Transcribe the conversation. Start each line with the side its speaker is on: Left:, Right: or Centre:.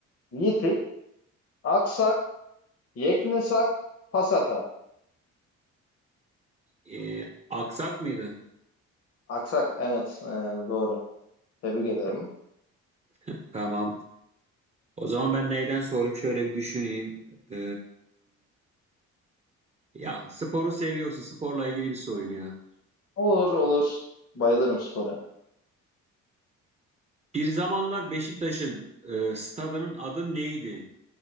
Left: Yitik, aksak, yeknesak, pasata.
Right: Ee, aksak mıydı?
Left: Aksak evet e, doğru. Tebrik ederim.
Right: <laughs> Tamam. O zaman ben neyden sorayım? Şöyle bir düşüneyim. Ee, ya sporu seviyorsun. Sporla ilgili bir sorayım ya.
Left: Olur olur. Bayılırım spora.
Right: Bir zamanlar Beşiktaş'ın e, stadının adı neydi?